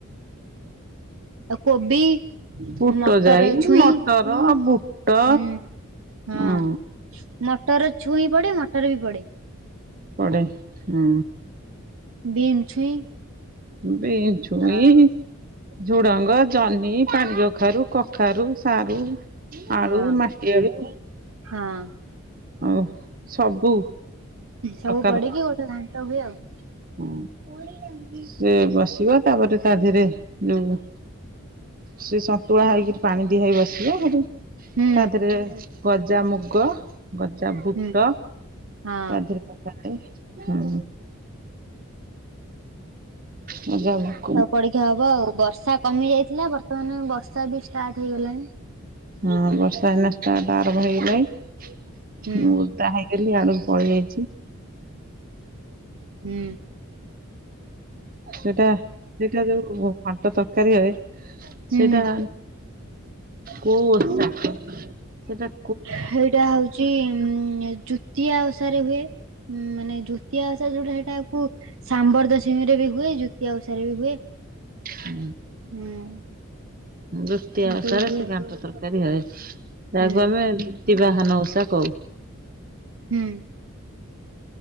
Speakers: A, on the right; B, on the right.
A: ଆଉ କୋବି,
B: ବୁଟ
A: ମଟର
B: ଯାଇ
A: ଛୁଇଁ
B: ମଟର ବୁଟ।
A: ହୁଁ ହଁ
B: ହୁଁ
A: ମଟର ଛୁଇଁ ପଡେ ମଟର ବି ପଡେ।
B: ପଡେ ହଁ।
A: ବିମ୍ ଛୁଇଁ।
B: ବିମଛୁଇଁ
A: ଆଉ
B: ଝୁଡଙ୍ଗ ଜହ୍ନି ପାଣି କ କଖାରୁ କଖାରୁ ସାରୁ ଆଳୁ
A: ହଁ
B: ମାଟିଆଳୁ।
A: ହଁ
B: ହଉ ସବୁ।
A: ସବୁ
B: ପ୍ରକାର
A: ପଡିକି ଗୋଟେ ଘାଣ୍ଟ ହୁଏ ଆଉ।
B: ହୁଁ ସେ ବସିବ ତାପରେ ତା ଦେହରେ ଯୋଉ ସେ ସନ୍ତୁଳା ହେଇକି ପାଣି ଦିଆ ହେଇ ବସିବ। ହେଠୁ
A: ହୁଁ
B: ତା ଦେହରେ ଗଜା ମୁଗ ଗଜା ବୁଟ
A: ହୁଁ
B: ତା
A: ହଁ।
B: ଦେହରେ ପକା ଆଏ ହୁଁ। ଗଜା <unintelligible>
A: ସବୁ ପଡିକି ହବ ଆଉ। ବର୍ଷା କମି ଯାଇଥିଲା ବର୍ତ୍ତମାନ ବର୍ଷା ବି ଷ୍ଟାର୍ଟ ହେଇଗଲାଣି।
B: ହଁ ବର୍ଷା ଏଇନା ଷ୍ଟାର୍ଟ ଆରମ୍ଭ ହେଇଗଲାଣି
A: ହୁଁ
B: ମୁଁ ଓଦା ହେଇ ହେଲି ୟାଡକୁ ପଳେଇ ଆଇଛି।
A: ହୁଁ।
B: ସେଟା ସେଇଟା ଯୋଉ ଘାଣ୍ଟ ତରକାରୀ ହୁଏ
A: ହୁଁ
B: ସେଇଟା
A: ହୁଁ
B: କୋଉ ବର୍ଷା ସେଟା
A: ହେଇଟା ହଉଚି ଉଁ ଚୁତିଆ ଓଷାରେ ହୁଏ। ହୁଁ ମାନେ ଦ୍ଵିତୀୟା ଓଷା ଯୋଉଟା ହେଟାକୁ ସାମ୍ବର ଦଶମୀରେ ବି ହୁଏ ଜୁତୀୟ ଓଷାରେ ବି ହୁଏ।
B: ହୁଁ
A: ହୁଁ
B: ଦୁତିୟା ଓଷାରେ
A: ସବୁ ହୁଏ
B: ସେ
A: ଆଉ
B: ଘଣ୍ଟା ତରକା ତରକାରୀ ହଏ। ତାକୁ
A: ହୁଁ
B: ଆମେ ଦ୍ବୀତି ବାହନ ଓଷା କହୁ।
A: ହୁଁ।